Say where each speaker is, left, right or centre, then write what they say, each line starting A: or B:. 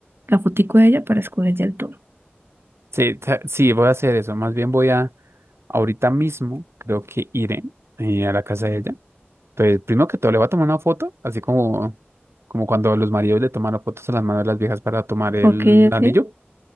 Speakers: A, on the right; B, on the right.
A: la fotico de ella para escoger ya el tono.
B: Sí, ta- sí, voy a hacer eso. Más bien voy a, ahorita mismo, creo que iré eh, a la casa de ella. Entonces, primero que todo, le voy a tomar una foto, así como, como cuando los maridos le toman las fotos a las manos de las viejas para tomar el
A: Ok, ok.
B: anillo,